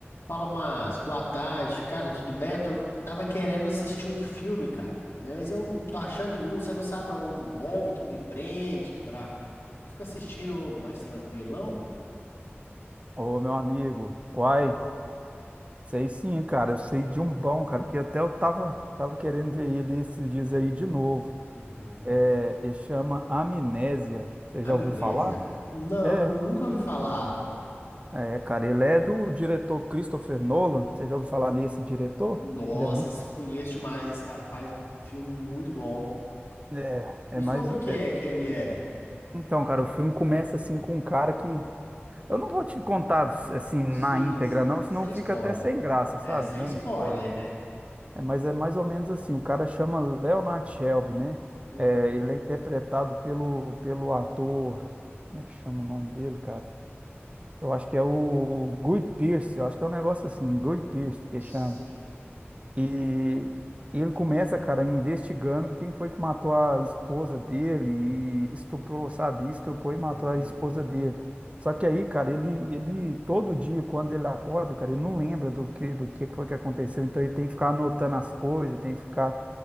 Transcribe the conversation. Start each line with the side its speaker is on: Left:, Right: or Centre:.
Left: Fala, Márcio. Boa tarde. Cara, tudo bem? Eu tô- tava querendo assistir um filme, cara, mas eu não tô achando nenhum. Você não sabe é um bom que me prende, que pra pra eu ficar assistindo mais tranquilão?
Right: Ô, meu amigo, uai, sei sim, cara, eu sei de um bom, cara, que até eu tava, tava querendo ver ele esses dias aí de novo.
Left: Uhum.
Right: É, ele chama Amnésia, você
Left: Amnésia?
Right: já ouviu falar?
Left: Não,
Right: É,
Left: nunca ouvi falar.
Right: é, cara, ele é do diretor Christopher Nolan, você já ouviu falar nesse diretor?
Left: Nossa,
Right: Ele é muito,
Left: esse- conheço demais. Esse cara faz um filme muito bom.
Right: é,
Left: E
Right: é mais,
Left: sobre
Right: é-
Left: o que é que ele é?
Right: Então, cara, o filme começa assim com um cara que, eu não vou te contar assim na
Left: Sim,
Right: íntegra
Left: sim,
Right: não, senão
Left: sem
Right: fica
Left: spoiler.
Right: até sem graça,
Left: É,
Right: sabe,
Left: sem
Right: dando
Left: spoiler,
Right: spoiler.
Left: né?
Right: É, mas é mais ou menos assim, o cara chama Leonard Shelby, né?
Left: Uhum.
Right: É, ele é interpretado pelo, pelo ator, como é que chama o nome dele, cara? Eu acho que é o Guy Pearce, eu acho que é um negócio assim, Guy Pearce que
Left: Sim.
Right: chama. E, e ele começa, cara, investigando quem foi que matou a esposa dele
Left: Uhum.
Right: e estuprou, sabe? Estuprou
Left: Sei.
Right: e matou a esposa dele. Só que aí, cara, ele, ele todo dia, quando ele acorda, cara, ele não lembra do que, do que foi que aconteceu. Então ele tem que ficar anotando as coisas, tem que ficar